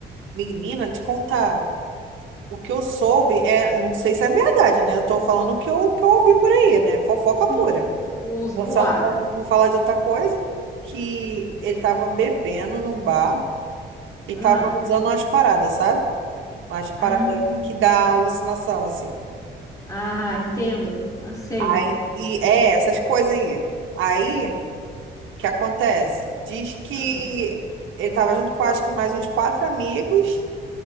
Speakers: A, on the right; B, on the left.
A: menina, te contar. O que eu soube é, não sei se é verdade, né? Eu tô falando o que eu, o que eu ouvi por aí, né? Fofoca
B: Sim,
A: pura.
B: os,
A: Vou
B: os boatos.
A: só não, fal- não falar de outra coisa, que ele tava bebendo num bar e
B: Ah,
A: tava usando umas paradas, sabe? Umas paradas
B: ah,
A: que dá alucinação, assim.
B: ah, entendo. Ah, sei.
A: Aí, e é essas coisas aí. Aí, o que acontece? Diz que
B: Ah,
A: ele tava junto com, acho que mais uns quatro amigos,